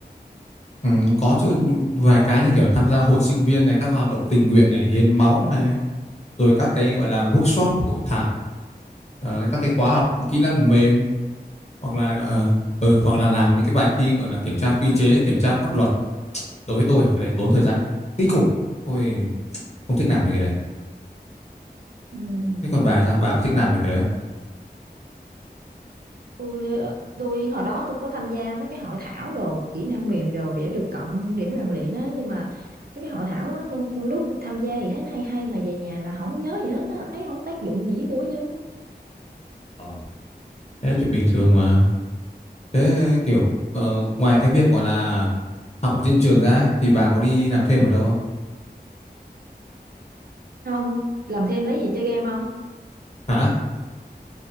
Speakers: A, on the left; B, on the right.
A: Ừ, có chứ vài cái như kiểu tham gia hội sinh viên này, các hoạt động tình nguyện này, hiến máu này, rồi các cái gọi là workshop, hội thảo, ờ, các cái khóa học kỹ năng mềm hoặc là ờ, ừ, hoặc là làm những cái bài thi gọi là kiểm tra quy chế kiểm tra pháp luật đối với tôi là cái đấy tốn thời gian kinh khủng tôi không thích làm mấy cái đấy
B: Ừ.
A: thế còn bà thì sao bà có thích làm mấy cái đấy không
B: tôi tôi hồi đó tôi có tham gia mấy cái hội thảo đồ kỹ năng mềm đồ để được cộng điểm rèn luyện á nhưng mà mấy cái hội thảo đó, lúc tham gia thì thấy nó hay hay mà về nhà là không có nhớ gì hết á thấy không tác dụng gì với tôi chứ
A: ờ thế là chuyện bình thường mà thế kiểu ờ, ngoài cái việc gọi là học ở trên trường ra ấy, thì bà có đi làm thêm ở đâu không
B: không làm thêm lấy gì chơi game không
A: hả <laughs>